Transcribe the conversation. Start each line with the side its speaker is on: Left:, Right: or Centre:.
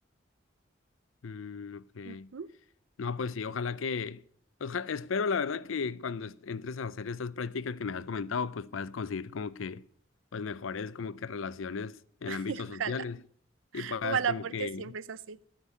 Left: mm, ok.
Right: Ujú.
Left: No, pues sí, ojalá que... oja- espero la verdad que cuando es- entres a hacer estas prácticas que me has comentado, pues puedas conseguir como que, pues mejores como que relaciones en
Right: <laughs>
Left: ámbitos
Right: Y
Left: sociales
Right: ojalá,
Left: y puedas
Right: ojalá
Left: como
Right: porque
Left: que
Right: siempre es así.